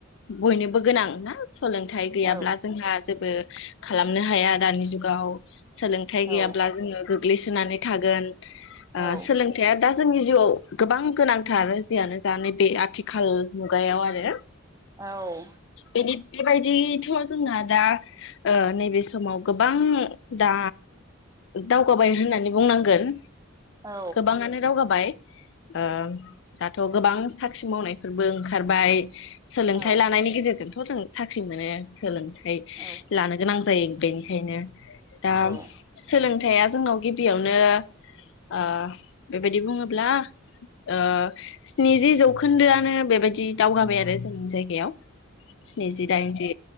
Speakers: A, on the left; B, on the right.
A: बयनोबो गोनां ना सलोंथाइ गैयाब्ला
B: औ
A: जोंहा जेबो खालामनो हाया दानि जुगाव सोलोंथाइ गैयाब्ला
B: औ
A: जोङो गोग्लैसोनानै थागोन आ
B: औ
A: सोलोंथाइया दा जोंनि जिउआव गोबां गोनांथार जेयानो जा नै बेे आथिखाल मुगायाव आरो
B: औ
A: बेबायदिथ जोंना दा ओ नैबे समाव गोबां दा दावगाबाय होननानै बुंनांगोन
B: औ
A: गोबाङानो दावगाबाय ओम थ गोबां साख्रि मावनायफोरबो ओंखारबाय सोलोंथाइ
B: औ
A: लानायनि गेजेरजों जों साख्रि मोनो सोलोंथाइ थाइ
B: औ
A: लानो गोनां <unintelligible> बेनिखायनो दा
B: औ अ औ
A: सोलों फिथाइआ जोंनाव गिबियावनो ओ बेबायदि बुङोब्ला ओ स्निजि जौखोन्दोआनो बेबायदि दावगाबाय आरो जोंनि जायगायाव स्निजि दाइनजि